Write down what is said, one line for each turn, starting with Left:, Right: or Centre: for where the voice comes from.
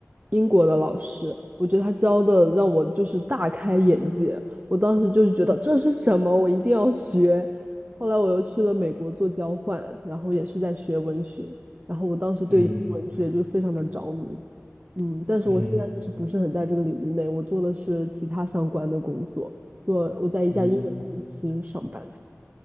Right: 英国的老师，我觉得他教的让我就是大开眼界。我当时就是觉得这是什么，我一定要学。后来我又去了美国做交换，然后也是在学文学，然后我当时对文学就非常的着迷。
Left: 嗯
Right: 嗯，但是我现在就是不是很在这个领域内，
Left: 嗯
Right: 我做的是其他相关的工作，做我在一家音乐公司上班。
Left: 嗯，